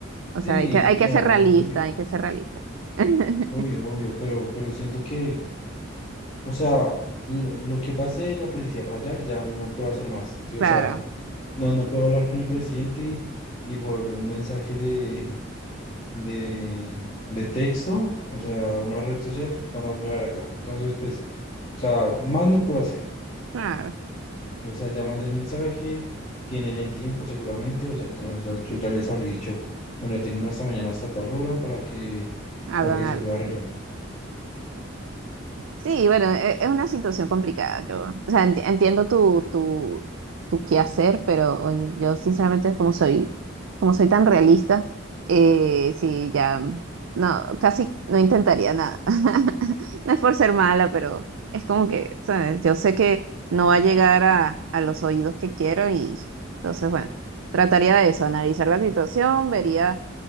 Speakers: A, on the right; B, on the left.
A: O
B: sí,
A: sea, hay que, hay
B: claro,
A: que ser realista,
B: obvio,
A: hay que ser realista. <laughs>
B: obvio, obvio, pero, pero siento que, o sea, lo, lo que pase de la policía para allá ya no puedo hacer más, ¿sí?
A: Claro,
B: O sea, no, no puedo hablar con el presidente y, y por un mensaje de de, de texto, o sea, una red social jamás me hará caso. Entonces, pues, o sea, más no puedo hacer.
A: claro,
B: O sea, ya mandé el mensaje, tienen el tiempo seguramente, o sea, ya, ya, yo ya les habré dicho, bueno, tienen hasta mañana hasta tal hora para que,
A: hagan
B: para que
A: algo.
B: se pueda arreglar.
A: Sí, bueno, e- es una situación complicada. Yo, o sea, enti- entiendo tu, tu, tu quehacer, pero oye, yo sinceramente, como soy, como soy tan realista, eh, sí, ya no, casi no intentaría nada. <laughs> No es por ser mala, pero es como que, ¿sabes? Yo sé que no va a llegar a, a los oídos que quiero y entonces, bueno, trataría de eso, analizar la situación, vería